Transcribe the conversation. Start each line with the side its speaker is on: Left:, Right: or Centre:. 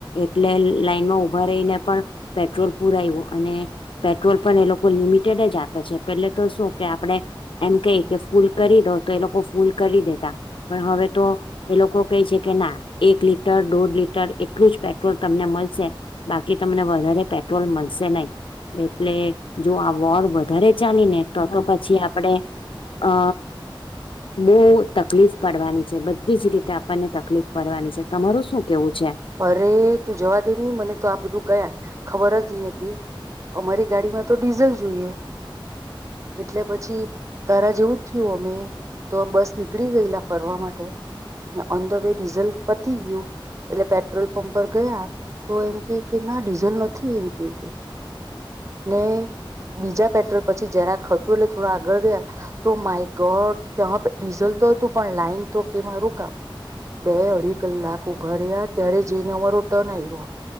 Left: એટલે લાઈનમાં ઉભા રહીને પણ પેટ્રોલ પુરાયવો અને પેટ્રોલ પણ એ લોકો લિમિટ કે જ આપે છે પેહલે તો શું કે આપડે એમ કેય કે ફૂલ કરી દો તો એ લોકો ફૂલ કરી દેતા. પણ હવે તો એ લોકો કેય છે કે ના એક લીટર દોઢ લીટર એટલું જ પેટ્રોલ તમને મલશે. બાક કી તમને વધારે પેટ્રોલ મલશે નહીં એટલે જો આ વોર વધારે ચાલી ને તો તો પછી આપડે અ બહુ તકલીફ પડવાની છે બધી જ રીતે આપણને તકલીફ પડવાની છે તમારું શું કેવું છે
Right: અરે તું જવા દે ની મને તો આ બધું કયા ખબર જ ની હતી અમારી ગાડીમાં તો ડીઝલ જોઈએ એટલે પછી તારા જેવું જ થયું અમે તો બસ નીકળી ગયેલા ફરવા માટે ઓન ધ વે ડીઝલ પતી ગયું એટલે પે પેટ્રોલ પંપ પર ગયા તો એમ કે કે ના ડીઝલ નથી એમ કેવ કે ને બીજા પેટ્રોલ પછી જરા હતું એટલે થોડા આગળ ગયા તો માય ગોડ ત્યા ડીઝલ તો હતું પણ લાઈન તો કે મારું કામ બે અઢી કલાક ઉભા રહ્યા ત્યારે જઈને ઉમારું ટર્ન આવ્યો.